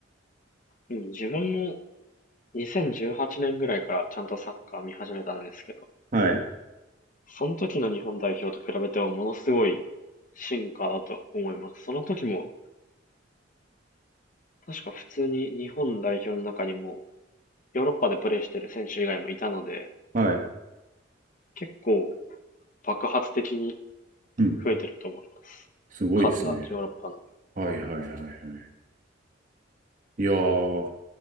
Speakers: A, on the left (about 45°); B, on the right (about 45°).
A: うん、自分も2018年ぐらいからちゃんとサッカー見始めたんですけど、
B: はい、
A: その時の日本代表と比べてもものすごい進化だと思います。その時も確か普通に日本代表の中にもヨーロッパでプレーしてる選手以外もいたので、
B: はい。
A: 結構爆発的に
B: うん、
A: 増えてると思います。
B: すごいですね。
A: 数はヨーロッパの。
B: はいはいはいはい。いやー、